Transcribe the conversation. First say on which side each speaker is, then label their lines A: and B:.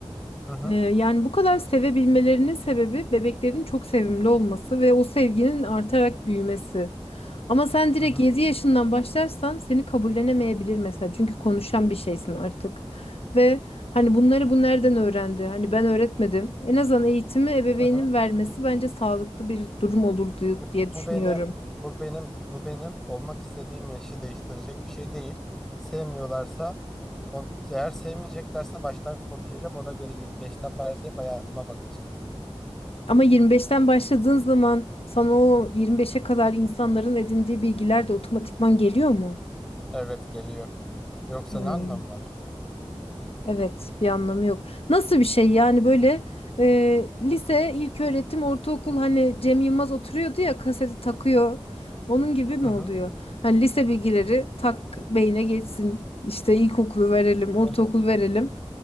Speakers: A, in the centre; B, on the left.
A: Hı hı.
B: Ee, yani bu kadar sevebilmelerinin sebebi bebeklerin çok sevimli olması ve o sevginin artarak büyümesi. Ama sen
A: Hı
B: direkt
A: hı.
B: 7 yaşından başlarsan seni kabullenemeyebilir mesela. Çünkü konuşan bir şeysin artık. Ve hani bunları bu nereden öğrendi? Hani ben öğretmedim. En azından eğitimi ebeveynin
A: Hı hı.
B: vermesi bence sağlıklı bir durum olur diye
A: Yok,
B: diye
A: Bu
B: düşünüyorum.
A: benim, bu benim, bu benim olmak istediğim yaşı değiştirecek bir şey değil. Sevmiyorlarsa, on, eğer sevmeyeceklerse baştan konuşacağım. Ona göre 25'ten başlayıp hayatıma bakacağım.
B: Ama 25'ten başladığın zaman sana o 25'e kadar insanların edindiği bilgiler de otomatikman geliyor mu?
A: Evet geliyor. Yoksa
B: Hmm.
A: ne anlamı var?
B: Evet, bir anlamı yok. Nasıl bir şey yani böyle e, lise, ilköğretim, ortaokul hani Cem Yılmaz oturuyordu ya kaseti takıyor. Onun gibi mi
A: Hı hı.
B: oluyor? Hani lise bilgileri tak beyne geçsin. İşte ilkokulu verelim,
A: Hı
B: ortaokul
A: hı.
B: verelim.